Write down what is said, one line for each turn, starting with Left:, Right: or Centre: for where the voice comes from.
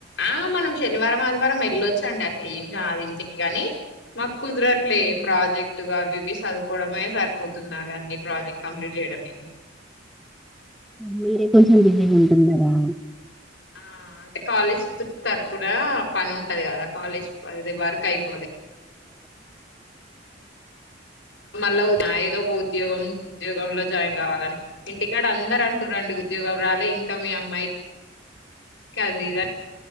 Left: ఆ మనం శనివారం ఆదివారం వెళ్ళొచ్చు అండి అట్లు ఏం కాదు ఇంటికి కాని మాక్ కుదరట్లే
Centre: హుహు.
Left: ప్రాజెక్టుగా అవి ఇవి చదువుకోవడమే సరిపోతున్నావన్నీ ప్రాజెక్ట్ కంప్లీట్ చేయడమే
Centre: మీరే కొంచెం బిజీగా ఉంటున్నారా
Left: ఆ అంటే కాలేజ్ తరుపున పని ఉంటది కదా కాలేజ్ పని వర్కయిపోలే మళ్ళా ఏదో ఒక ఉద్యోగం ఉద్యోగంలో జాయిన్ కావాలని ఇంటికాడ అందరు అంటూరండి ఉద్యోగం రాలే ఇంకా మీ అమ్మాయికి కానీ అది ఇదని